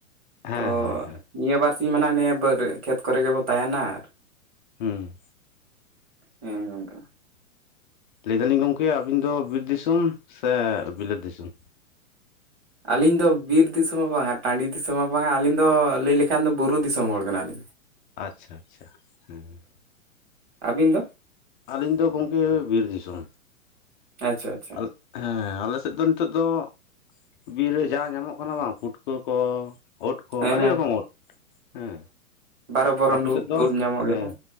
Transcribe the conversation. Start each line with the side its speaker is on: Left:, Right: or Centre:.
Left: ᱦᱮᱸ
Right: ᱛᱚ
Left: ᱦᱮᱸ ᱦᱮᱸ
Right: ᱱᱤᱭᱟᱹ ᱵᱟᱨ ᱥᱤᱧ ᱢᱟ ᱱᱟᱜ ᱱᱤᱭᱟᱹ ᱵᱟᱹᱫᱽ ᱠᱷᱮᱛ ᱠᱚᱨᱮ ᱜᱮᱵᱚᱱ ᱛᱟᱦᱮᱱᱟ ᱟᱨ
Left: ᱦᱩᱸ᱾
Right: ᱦᱮᱸ᱾ ᱜᱚᱝᱠᱮ
Left: ᱞᱟᱹᱭᱫᱟᱞᱤᱧ ᱜᱚᱝᱠᱮ ᱟᱹᱵᱤᱱ ᱫᱚ ᱵᱤᱨ ᱫᱤᱥᱚᱢ ᱥᱮ ᱵᱤᱞᱟᱹᱛ ᱫᱤᱥᱚᱢ?
Right: ᱟᱹᱞᱤᱧ ᱫᱚ ᱵᱤᱨ ᱫᱤᱥᱚᱢ ᱦᱚᱸ ᱵᱟᱝᱟ ᱴᱟᱺᱰᱤ ᱫᱤᱥᱚᱢ ᱦᱚᱸ ᱵᱟᱝᱟ ᱟᱹᱞᱤᱧ ᱫᱚ ᱞᱟᱹᱭ ᱞᱮᱠᱷᱟᱱ ᱫᱚ ᱵᱩᱨᱩ ᱫᱤᱥᱚᱢ ᱦᱚᱲ ᱠᱟᱱᱟᱞᱤᱧ᱾
Left: ᱟᱪᱪᱷᱟ ᱟᱪᱪᱷᱟ ᱦᱮᱸ ᱦᱮᱸ᱾
Right: ᱟᱹᱵᱤᱱ ᱫᱚ
Left: ᱟᱹᱞᱤᱧ ᱫᱚ ᱜᱚᱝᱠᱮ ᱵᱤᱨ ᱫᱤᱥᱚᱢ,
Right: ᱟᱪᱪᱷᱟ ᱟᱪᱪᱷᱟ
Left: ᱟᱞ ᱦᱮᱸ ᱟᱞᱮ ᱥᱮᱫ ᱫᱚ ᱱᱤᱛᱚᱜ ᱫᱚ ᱵᱤᱨ ᱨᱮ ᱡᱟ ᱧᱟᱢᱚᱜ ᱠᱟᱱᱟ ᱵᱟᱝ ᱯᱩᱴᱠᱟᱹ ᱠᱚ ᱩᱫ ᱠᱚ
Right: ᱦᱮᱸ
Left: ᱟᱹᱰᱤ
Right: ᱦᱮᱸ
Left: ᱨᱚᱠᱚᱢ ᱩᱫ ᱦᱮᱸ᱾
Right: ᱵᱟᱨᱚ ᱵᱚᱨᱚᱱ
Left: ᱟᱯᱮ
Right: ᱩᱫ
Left: ᱥᱮᱫ ᱫᱚ
Right: ᱩᱫ ᱧᱟᱢᱚᱜ ᱜᱮᱭᱟ
Left: ᱦᱮᱸ,